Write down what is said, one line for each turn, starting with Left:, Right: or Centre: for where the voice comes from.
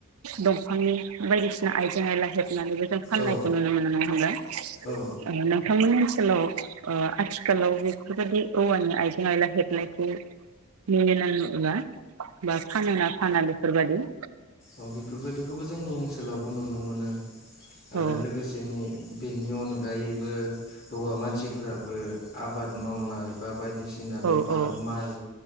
Right: दंफांनि बायदिसिना आइजें आयला हेबनानैबो जों फाननायखौ
Left: औ
Right: नुनो मोनो नङा होनबा
Left: औ
Right: ओ नोंथांमोननि ओनसोलाव ओ आथिखालाव बेफोरबादि औवानि आइजें आइला हेबनायखौ <unintelligible> बा फानोना फाना बेफोरबादि
Left: अ बेफोरबायदिखौबो जोंनि ओनसोलावबो नुनो मोनो आरो
Right: औ
Left: लोगोसे बेनि बेनि अनगायैबो हौवा मानसिफोराबो आबाद मावनाय बा बायदिसि ना बेफार
Right: औ औ
Left: माइ